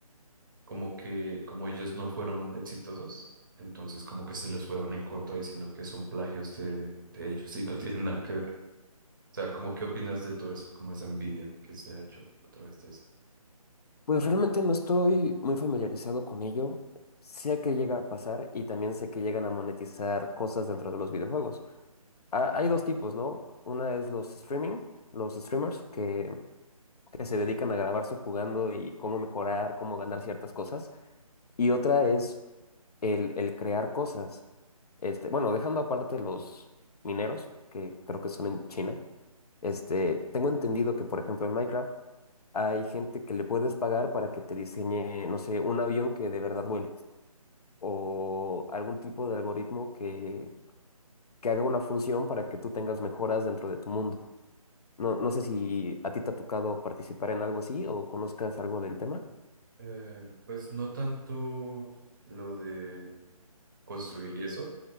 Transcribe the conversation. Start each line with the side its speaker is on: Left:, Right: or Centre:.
Right: como que como ellos no fueron exitosos, entonces como que se les fueron en contra diciendo que son plagios de, de ellos y no <laughs> tienen nada que ver. O sea, ¿cómo qué opinas de todo eso? Como esa envidia que se ha hecho a través de eso.
Left: pues realmente no estoy muy familiarizado con ello. Sé que llega a pasar y también sé que llegan a monetizar cosas dentro de los videojuegos. Ha- hay dos tipos, ¿no? Una es los streaming, los streamers que, que se dedican a grabarse jugando y cómo mejorar, cómo ganar ciertas cosas. Y otra es el, el crear cosas. Este, bueno, dejando aparte los mineros, que creo que son en China. Este, tengo entendido que, por ejemplo, en Minecraft Hay gente que le puedes pagar para que te diseñe, no sé, un avión que de verdad vuele o algún tipo de algoritmo que, que haga una función para que tú tengas mejoras dentro de tu mundo. No, no sé si a ti te ha tocado participar en algo así o conozcas algo del tema.
Right: Eh, pues no tanto lo de construir y eso,